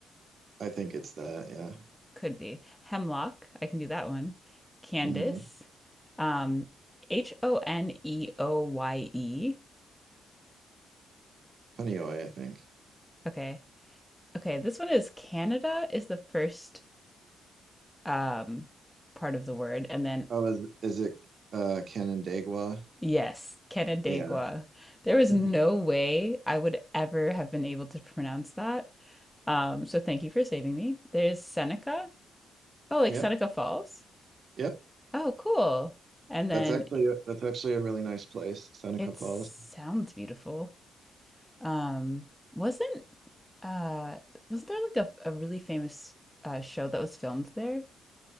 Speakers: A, on the right (about 50°); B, in the centre.
A: I think it's that, yeah.
B: Could be. Hemlock, I can do that one. Candace.
A: Mm-hmm.
B: Um, H-O-N-E-O-Y-E.
A: Honeoy, I think.
B: Okay. Okay, this one is Canada is the first um part of the word, and then
A: Oh, is is it uh Canandaigua?
B: yes, Canandaigua.
A: Yeah.
B: There was
A: <laughs>
B: no way I would ever have been able to pronounce that. Um, so thank you for saving me. There's Seneca. Oh, like
A: Yep,
B: Seneca Falls.
A: yep.
B: Oh, cool. And then
A: That's actually a, that's actually a really nice place, Seneca
B: it
A: Falls.
B: sounds beautiful. Um, wasn't uh wasn't there like a, a really famous uh show that was filmed there?